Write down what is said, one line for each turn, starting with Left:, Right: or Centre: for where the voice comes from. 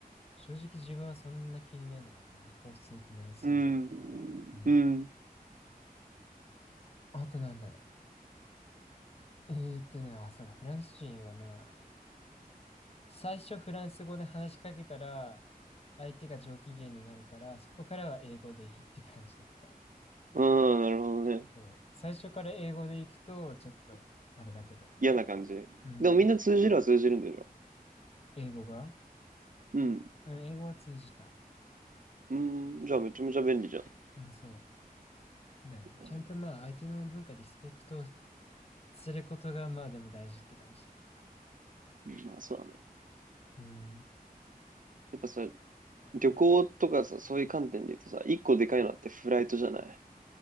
Left: 正直自分はそんな気にならなかったかな。香水って軟水は。
Right: うん、
Left: うん。
Right: うん、
Left: あとなんだろう。えーっとね、あ、そうだ、フランス人はまあ、最初フランス語で話しかけたら、相手が上機嫌になるから、そこからは英語でいいって感じだった。
Right: うん、なるほどね。
Left: そう。最初から英語で行くと、ちょっと、あれだけど。
Right: 嫌な感じ。
Left: うん。
Right: でもみんな通じるは通じるんでしょ
Left: 英語が
Right: うん、
Left: うん、英語は通じた。
Right: うん、じゃあめちゃめちゃ便利じゃん。
Left: うん、そう。だね。
Right: うん
Left: ちゃんとまあ、相手の文化、リスペクトすることが、まあでも大事って感じだった。
Right: まあそうだね。
Left: うん。
Right: やっぱさ、旅行とかさ、そういう観点で言うとさ、一個でかいのってフライトじゃない